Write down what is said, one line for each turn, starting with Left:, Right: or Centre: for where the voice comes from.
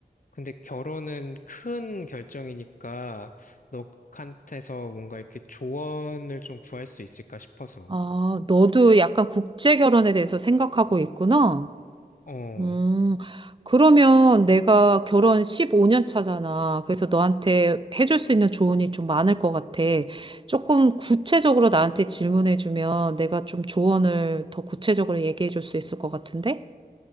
Left: 근데 결혼은 큰 결정이니까 너한테서 뭔가 이렇게 조언을 좀 구할 수 있을까 싶어서.
Right: 아, 너도 약간 국제 결혼에 대해서 생각하고 있구나.
Left: 어,
Right: 음. 그러면 내가 결혼 15년 차잖아. 그래서 너한테 해줄 수 있는 조언이 좀 많을 것 같아. 조금 구체적으로 나한테 질문해주면 내가 좀 조언을 더 구체적으로 얘기해줄 수 있을 것 같은데?